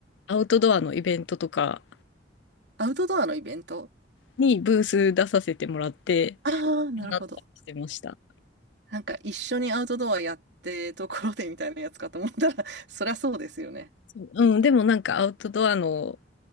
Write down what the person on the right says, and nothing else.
アウトドアのイベント
ああー、なるほど。
なんか一緒にアウトドアやってところでみたいなやつかと思ったら、<laughs> そりゃそうですよね。